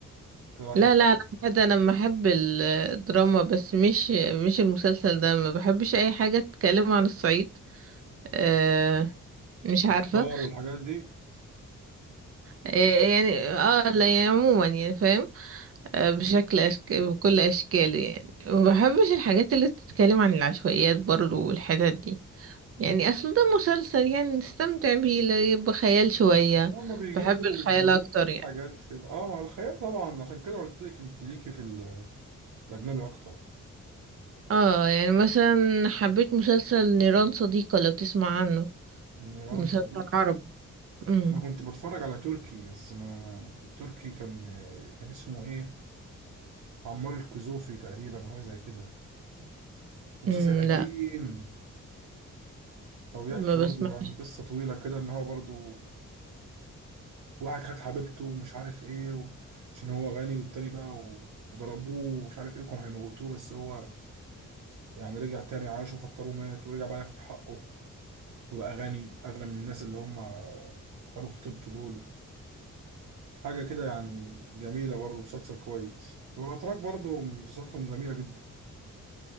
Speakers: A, on the right; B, on the right.
A: كده عشان
B: لا لا لا بجد انا بحب ال- الدراما بس مش مش المسلسل ده ما بحبش اي حاجه تتكلم عن الصعيد آه مش
A: بطار
B: عارفه
A: والحاجات دي
B: آه يعني اه لا يعني عموما يعني فاهم آه بشكل أشك... بكل اشكاله يعني ما بحبش الحاجات اللي بتتكلم عن العشوائيات برضو والحتت دي يعني اصل ده مسلسل يعني نستمتع بيه لا يبقى خيال شويه
A: إن هما بيجيبوا
B: بحب الخيال
A: بيجيبوا
B: اكتر
A: شويه
B: يعني
A: حاجات كده اه مع الخيال طبعا عشان كده قلت لك انت ليكي في ال الأجنبي أكتر
B: اه يعني مثلا حبيت مسلسل نيران صديقة لو تسمع عنه
A: نيران
B: مسلسل
A: صديقة
B: عربي امم
A: أنا كنت بتفرج على تركي بس ما تركي كان كان اسمه إيه عمار الكزوفي تقريبا حاجة زي كده مسلسل
B: امم
A: قديم
B: لا
A: هو بيحكي
B: ما بسمعش
A: برضو عن قصة طويلة كده إن هو برضو واحد خد حبيبته ومش عارف إيه و... عشان هو غني والتاني بقى و... وضربوه ومش عارف إيه كانوا هيموتوه بس هو يعني رجع تاني عاش وفكره مات ورجع بقى ياخد حقه وبقى غني أغنى من الناس اللي هم خدوا خطيبته دول حاجة كده يعني جميلة برضه مسلسل كويس والأتراك برضه مسلسلاتهم جميلة جدا